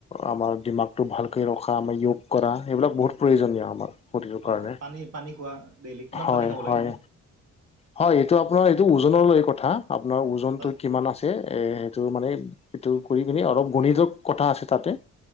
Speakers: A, on the left; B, on the right.
A: আমাৰ দিমাগটো ভালকৈ ৰখা আমাৰ যয়োগ কৰা এইবিলাক বহুত প্ৰয়োজনীয় আমাৰ শৰীৰৰ কাৰণে
B: অ, পানী - পানী খোৱা ডেইলি কিমান
A: হয়
B: পানী খাব
A: হয়
B: লাগে এনেই
A: হয় এইটো আপোনাৰ এইটো ওজন লৈ কথা। আপোনাৰ ওজনতটো
B: হয়
A: কিমান আছে। এ সেইটো মানে এইটো কৰি কিনে অলপ গণিত কথা আছে তাতে।